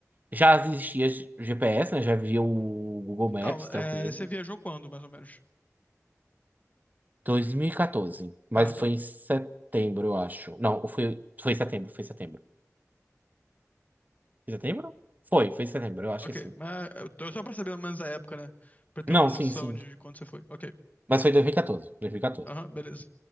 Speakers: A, on the right (about 35°); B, on the left (about 30°).
A: Já existia G- GPS, né? Já havia o Google Maps,
B: Calma,
A: tranquilo.
B: é, você viajou quando, mais ou menos?
A: 2014. Mas
B: Tá, tá.
A: foi em setembro, eu acho. Não, ou foi, foi em setembro, foi em setembro. Foi em setembro? Foi, foi em setembro, eu acho
B: Ok,
A: que sim.
B: mas eu tô só pra saber mais ou menos a época, né? Pra ter
A: Não,
B: uma noção
A: sim, sim.
B: de quando você foi. Ok.
A: Mas foi em 2014, 2014.
B: Aham,
A: E quatorze, dois mil e quatorze.
B: beleza.